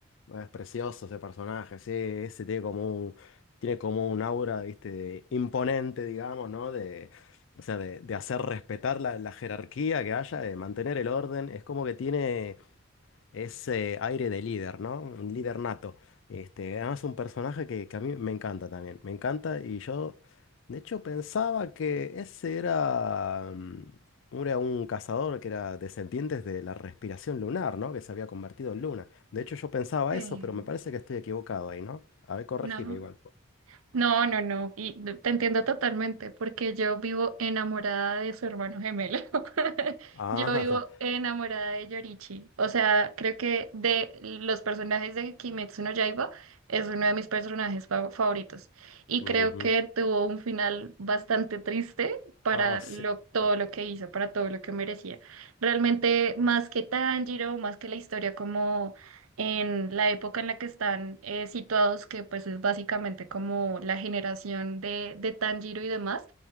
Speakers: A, on the left; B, on the right.
A: bueno, es precioso ese personaje, sí, ese tiene como un, tiene como un aura, viste, de- imponente, digamos, ¿no? De, o sea, de, de hacer respetar la, la jerarquía que haya, de mantener el orden. Es como que tiene. Ese aire de líder, ¿no? Un líder nato. Este, además un personaje que, que a mí me encanta también. Me encanta y yo, de hecho, pensaba que ese era, mm, era un cazador que era descendiente de la respiración lunar, ¿no? Que se había convertido en luna. De hecho, yo pensaba
B: <laughs> Sí,
A: eso, pero me parece que estoy equivocado ahí, ¿no? A ver, corregime
B: no.
A: igual.
B: No, no, no. Y te entiendo totalmente, porque yo vivo enamorada de su hermano gemelo. <laughs>
A: Ah,
B: Yo vivo
A: <laughs>
B: enamorada de Yorichi. O sea, creo que de los personajes de Kimetsu no Yaiba es uno de mis personajes fa- favoritos. Y
A: ujú.
B: creo que tuvo un final bastante triste para
A: Ah,
B: lo,
A: sí.
B: todo
A: sí,
B: lo que hizo, para todo lo que merecía. Realmente, más
A: es.
B: que Tanjiro, más que la historia como en la época en la que están eh, situados, que pues es básicamente como la generación de, de Tanjiro y demás.